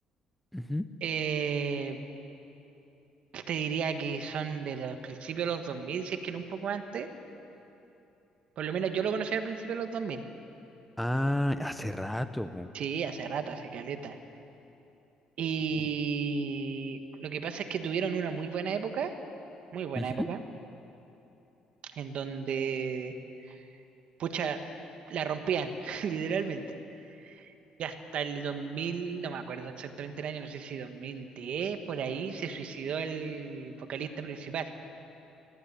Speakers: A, in the centre; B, on the right.
A: Ujú.
B: Eh, te diría que son de los principios de los 2000 si es que no un poco antes. Por lo menos yo lo conocí al principio de los dos mil
A: Ah, hace rato, po.
B: Sí, hace rato, hace caleta. Y
A: Uy.
B: lo que pasa es que tuvieron una muy buena época, muy buena
A: Ujú.
B: época, en donde, pucha, la rompían, <laughs> literalmente. Y hasta el 2000 no me acuerdo exactamente el año, no sé si 2010, por ahí se suicidó el vocalista principal.